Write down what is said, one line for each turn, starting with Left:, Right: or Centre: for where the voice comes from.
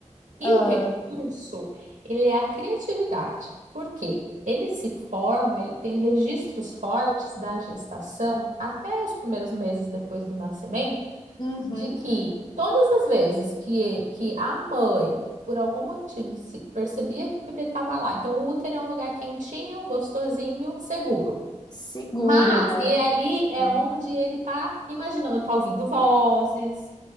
Right: e
Left: Ah,
Right: o recurso, ele é a criatividade. Por quê? Ele se forma, ele tem registros fortes da gestação até os primeiros meses depois do nascimento.
Left: uhum.
Right: de que todas as vezes que, que a mãe, por algum motivo, se percebia que o bebê estava lá, então o útero é um lugar quentinho, gostosinho, seguro.
Left: Seguro,
Right: Mas,
Left: né?
Right: e ali é
Left: Sim.
Right: onde ele tá imaginando, tá ouvindo vozes,